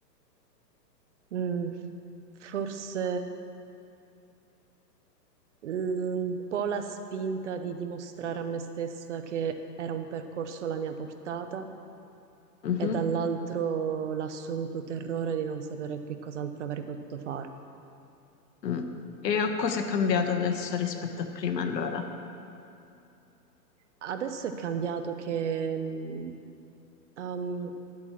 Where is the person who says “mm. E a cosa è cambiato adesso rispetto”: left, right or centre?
Left